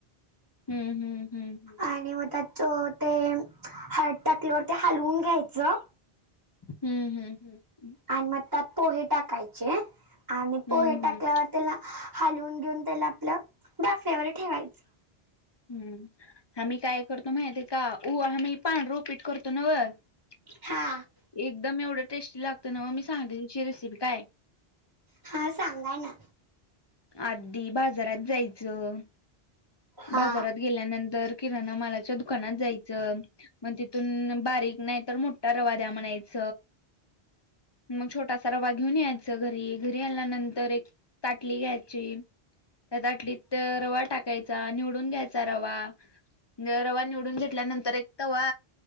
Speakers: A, on the left (about 30°); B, on the right (about 20°).
A: हम्म हम्म हम्म हम्म.
B: आणि मग त्या चो ते हळद टाकल्यावर ते हलवून घ्यायचं
A: हम्म हम्म हम्म
B: आणि मग त्यात पोहे टाकायचे आणि पोहे
A: हम्म,
B: टाकल्यावर
A: हम्म,
B: त्याला हलवून घेऊन त्याला आपलं बाफ्यावर ठेवायचं
A: हम्म आम्ही काय करतो माहि ते का उ आ मी पान रोपीट करतो नव एकदम
B: हा
A: एवढं टेस्टी लागतं ना मग मी सांगते त्यािची रेसिपी काय
B: हा सांगा ना
A: आधी बाजारात जायचं
B: हा
A: बाजारात गेल्यानंतर मालाच्या दुकानात जायच मग तिथून बारीक नाही तर परवा द्या म्हणायच. मग छोटासा रवा घेऊन यायच घरी. घरी आल्यानंतर एक ताट टली घ्यायची त्या दाटलीत रवा टाकायचा निवडून घ्यायचा रवा े रवा निवडून घेतल्यानंतर एक तवा